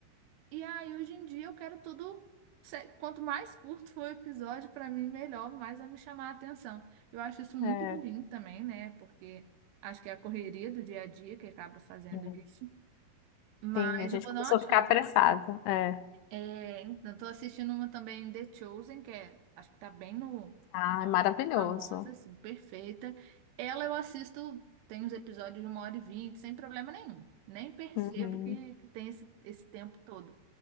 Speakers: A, on the right; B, on the left.
A: E aí, hoje em dia, eu quero tudo. se- Quanto mais curto for o episódio, para mim, melhor, mais vai me chamar a atenção. Eu acho isso muito
B: É.
A: ruim também, né? Porque acho que é a correria do dia a dia que acaba fazendo
B: É.
A: isso. Mas
B: Sim, a gente
A: eu vou
B: começou
A: dar uma chance.
B: a ficar apressado. É.
A: É, então tô assistindo uma também, The Chosen, que é, acho que tá bem no
B: Ah, é maravilhoso.
A: famosa, assim, perfeita. Ela eu assisto, tem uns episódios de uma hora e vinte, sem problema nenhum. Nem percebo
B: Uhum.
A: que, que tem esse, esse tempo todo.